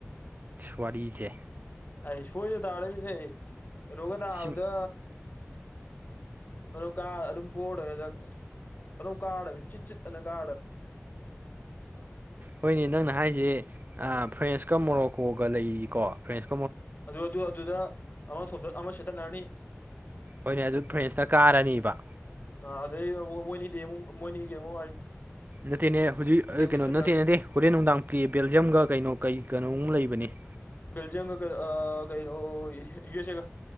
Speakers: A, on the right; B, on the left.
A: ꯋꯥꯔꯤꯁꯦ
B: ꯑꯩ ꯁꯣꯏꯗꯅ ꯊꯥꯔꯗꯃꯤꯅꯦ ꯀꯩꯅꯣꯒ ꯇꯥꯕꯗ
A: ꯁꯤ
B: ꯑꯗꯨꯝ ꯀ ꯑꯗꯨꯝ ꯄꯣꯔꯔꯣꯏꯅꯦ ꯑꯅꯨ ꯀꯥ ꯆꯤ ꯆ ꯑꯅ ꯀꯥ
A: ꯍꯣꯏꯅꯦ ꯅꯪꯅ ꯍꯥꯏꯔꯤꯁꯦ ꯐ꯭ꯔꯦꯟꯁꯀ ꯃꯣꯔꯣꯛꯀꯣꯒ ꯂꯩꯔꯤꯀꯣ ꯐ꯭ꯔꯦꯟꯁ
B: ꯑꯗꯨ ꯑꯗꯨ ꯑꯗꯨꯗ ꯑꯃ ꯑꯃ ꯁꯦꯠꯇꯠꯅꯔꯅꯤ
A: ꯍꯣꯏꯅꯦ ꯑꯗꯨ ꯐ꯭ꯔꯦꯟꯁꯇ ꯀꯥꯔꯅꯤꯕ
B: ꯑ ꯑꯗ ꯃꯣꯅꯤꯒ ꯃꯣꯅꯤꯒꯃ
A: ꯅꯠꯇꯦꯅꯦ ꯍꯧꯖꯤꯛ ꯀꯩꯅꯣ
B: ꯁꯦꯠꯇꯠꯅꯔꯅꯤ
A: ꯅꯠꯇꯦ ꯅꯠꯇꯦ ꯍꯣꯔꯦꯟ ꯅꯨꯡꯗꯥꯡ ꯄ꯭ꯔꯤꯦ ꯕꯦꯜꯖꯤꯌꯝꯒ ꯀꯩꯅꯣ ꯀꯩ ꯀꯩꯅꯣꯝ ꯂꯩꯕꯅꯤ
B: ꯦꯦꯜꯖꯤꯌꯝ ꯀ ꯀ ꯀꯩꯅꯩꯅꯣ ꯌꯨ ꯑꯦꯁ ꯑꯦ ꯀ